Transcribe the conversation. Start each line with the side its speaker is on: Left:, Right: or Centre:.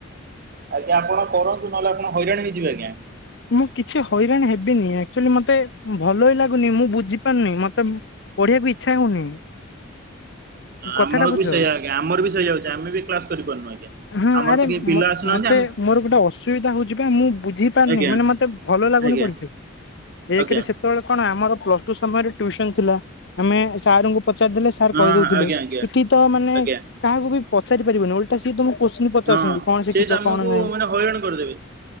Right: ଆଜ୍ଞା ଆପଣ କରନ୍ତୁ ନହେଲେ ଆପଣ ହଇରାଣ ହେଇ ଯିବେ ଆଜ୍ଞା।
Left: ମୁଁ କିଛି ହଇରାଣ ହେବିନି ଆକ୍ଚୁଆଲି ମତେ ଭଲ ହିଁ ଲାଗୁନି ମୁଁ ବୁଝିପାରୁନି ମତେ ପଢିବାକୁ ଇଚ୍ଛା ହଉନି।
Right: ଆ
Left: କଥାଟା
Right: ଆମର
Left: ବୁଝ
Right: ବି ସେଇଆ ଆଜ୍ଞା ଆମର ବି ସେଇଆହ ହଉଛି ଆମେ ବି କ୍ଲାସ କରିପାରୁନୁ ଆଜ୍ଞା।
Left: ହଁ
Right: ଆମର
Left: ଆରେ
Right: ତ କେହି ପିଲା ଆସୁନାହାନ୍ତି
Left: ମତେ
Right: ଆମ
Left: ମୋର ଗୋଟେ ଅସୁବିଧା ହଉଛି ବା ମୁଁ ବୁଝି ପାରୁିନି।
Right: ଆଜ୍ଞା
Left: ମାନେ
Right: ଆଜ୍ଞା
Left: ମତେ ଭଲ ଲାଗୁନି
Right: ଆଜ୍ଞା
Left: ପଢିବାକୁ ଏକରେ
Right: ଆଜ୍ଞା।
Left: ସେତବେଳେ କଣ ଆମର ପ୍ଲସ ଟୁ ସମୟରେ ଟ୍ୟୁସନ ଥିଲା। ଆମେ ସାରଙ୍କୁ ପଚାରିଦେଲେ ସାର୍
Right: ହଁ
Left: କହିଦଉଥିଲେ
Right: ଆଜ୍ଞା ଆଜ୍ଞା
Left: ଏଠି ତ ମାନେ
Right: ଆଜ୍ଞା
Left: କାହାକୁ ବି ପଚାରି ପାରିବନି ଓଲ ସିଏ ତମକୁ କୋଶ୍ଚି ପଚାରୁଛନ୍ତି
Right: ହଁ।
Left: କଣ ଶିଖିଛ
Right: ସେ ତ ଆମକୁ
Left: କଣ ନାହିଁ।
Right: ମାନେ ହଇରାଣ କରିଦେବେ